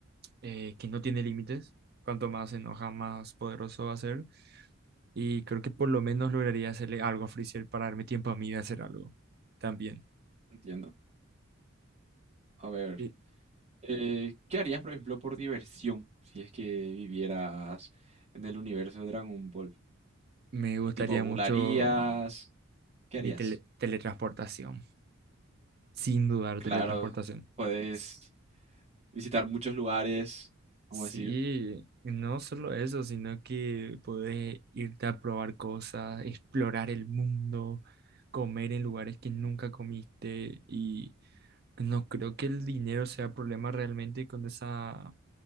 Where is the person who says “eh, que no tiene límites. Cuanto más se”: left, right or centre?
Right